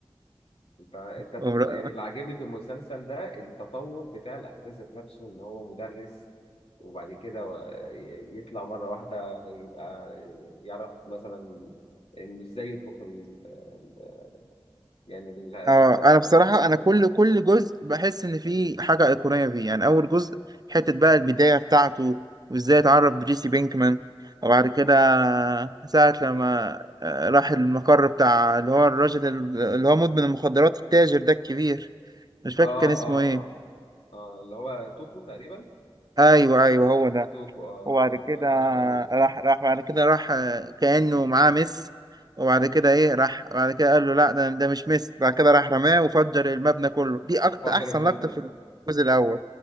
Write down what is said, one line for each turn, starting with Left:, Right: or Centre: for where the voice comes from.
Left: انت انت تط...
Right: ومر...
Left: يعني اللي عاجبني في المسلسل ده التطور بتاع الاحداث ذات نفسه ان هو مدرس وبعد كده و- ي- يطلع مره واحده يبقى يعرف مثلا انه ازاي يطبخ ال... ال- يعني ال- ال-
Right: اه
Left: المفضل
Right: انا بصراحه انا كل
Left: في كده
Right: كل جزء بحس ان فيه حاجه ايقونيه فيه يعني اول جزء حته بقى البدايه بتاعته وازاي اتعرف بريسي بينكمان وبعد كده ساعه لما آه، راح المقر بتاع اللي هو الراجل اللي هو مدمن المخدرات التاجر ده الكبير مش فاكر
Left: اه
Right: كان اسمه
Left: اه
Right: ايه
Left: اه اه اللي هو توكو تقريبا
Right: ايوه ايوه هو ده
Left: توكو اه
Right: وبعد
Left: اه,
Right: كده
Left: آه. لا لا جميل
Right: راح راح بعد كده راح آه، كأنه معاه ميس وبعد كده ايه راح بعد كده قال له لا ده, ده مش ميس بعد كده راح رماه وفجر المبنى كله دي اكتر
Left: فجر
Right: احسن
Left: المبنى
Right: لقطة في الجزء الاول